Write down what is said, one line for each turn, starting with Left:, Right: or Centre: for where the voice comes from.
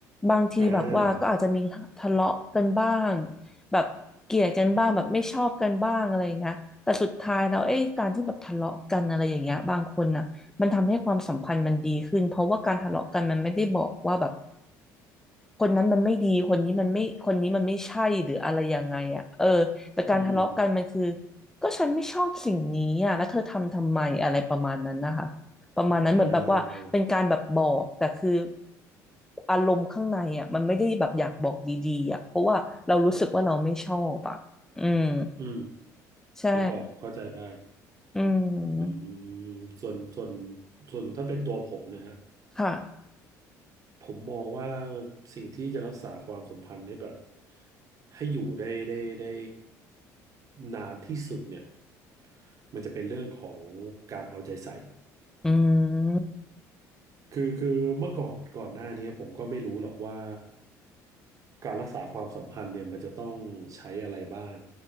Centre: บางทีแบบว่าก็อาจจะมีทะเลาะกันบ้าง
Right: อ่า
Centre: แบบเกลียดกันบ้างแบบไม่ชอบกันบ้างอะไรอย่างเงี้ยแต่สุดท้ายแล้วเอ้ยการที่แบบทะเลาะกันอะไรอย่างเงี้ยบางคนน่ะมันทำให้ความสัมพันธ์มันดีขึ้นเพราะว่าการทะเลาะกันมันไม่ได้บอกว่าแบบ คนนั้นมันไม่ดีคนนี้มันไม่คนนี้มันไม่ใช่หรืออะไรยังไงอ่ะเออแต่การทะเลาะกันมันคือ
Right: อืม
Centre: ก็ฉันไม่ชอบสิ่งนี้อ่ะแล้วเธอทำทำไมอะไรประมาณนั้นนะคะประมาณนั้นเหมือนแบบว่าเป็นการแบบบอกแต่คือ
Right: อ่า
Centre: อารมณ์ข้างในอ่ะมันไม่ได้แบบอยากบอกดีๆอ่ะเพราะว่าเรารู้สึกว่าเราไม่ชอบอ่ะอืม
Right: อืม
Centre: ใช่
Right: นึกออกเข้าใจได้
Centre: อืม
Right: อืมส่วนส่วนส่วนถ้าเป็นตัวผมนะฮะ
Centre: ค่ะ
Right: ผมมองว่าสิ่งที่จะรักษาความสัมพันธ์ให้แบบให้อยู่ได้ได้ได้นานที่สุดเนี่ยมันจะเป็นเรื่องของการเอาใจใส่
Centre: อืม
Right: คือคือเมื่อก่อนก่อนหน้านี้ผมก็ไม่รู้หรอกว่าการรักษาความสัมพันธ์เนี่ยมันจะต้องใช้อะไรบ้าง